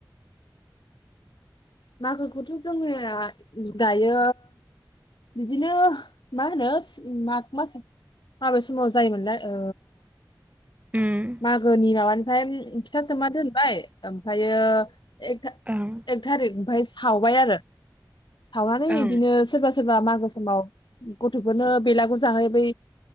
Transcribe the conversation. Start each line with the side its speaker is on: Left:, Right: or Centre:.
Left: मागोखौथ जोङो दायो बिदिनो मा होनो माग मास माबे समाव जायोमोनलाय ओ
Right: उम
Left: मागोनि माबानिफ्राय फिथा सोमना दोनबाय ओमफ्रायो एक था
Right: ओं
Left: एक थारिग फाय सावबाय आरो थावनानै
Right: ओं
Left: इदिनो सोरबा सोरबा मागो समाव ग' खौनो बेलागुर जाहै बै।